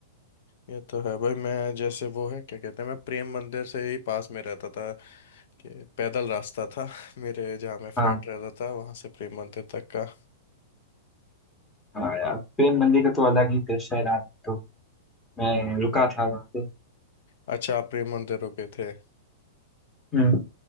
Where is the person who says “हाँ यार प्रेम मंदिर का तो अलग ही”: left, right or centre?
Left